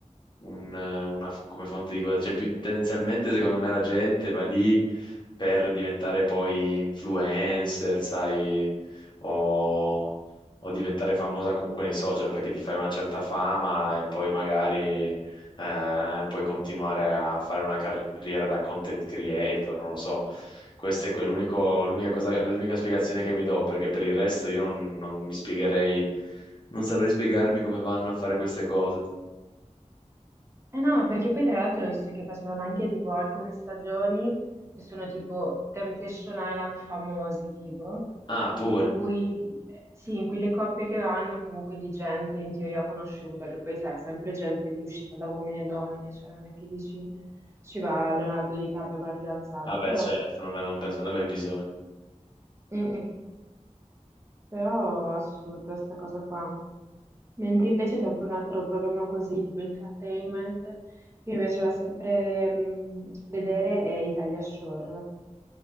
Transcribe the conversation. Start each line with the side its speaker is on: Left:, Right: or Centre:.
Left: un- una f- come fonte di guadagno, cioè più tendenzialmente secondo me la gente va lì per diventare poi influencer, sai, o, o diventare famosa comunque nei social perché ti fai una certa fama e poi magari eh, puoi continuare a fare una carriera da content creator, non lo so. Questa è que- l'unico- l'unica cosa, l'unica spiegazione che mi do, perché per il resto io non, non mi spiegherei, non saprei spiegarmi come vanno a fare queste cose.
Right: Eh no, ma perché poi tra l'altro ho visto che facevano anche tipo alcune stagioni che sono tipo Temptation Island famosi, tipo,
Left: Ah, pure.
Right: in cui, sì, in cui le coppie che vanno comunque di gente in teoria conosciuta, che poi sarà sempre gente lì uscita da uomini e donne, cioè non è che dici ci va Leonardo DiCaprio con la fidanzata,
Left: Ah beh,
Right: però,
Left: certo, non, non penso ne abbia bisogno.
Right: mm, mm, però assurda sta cosa qua. Mentre invece sempre un altro programma così, tipo entertainment, che mi piaceva sempre mh, vedere è Italia Shore.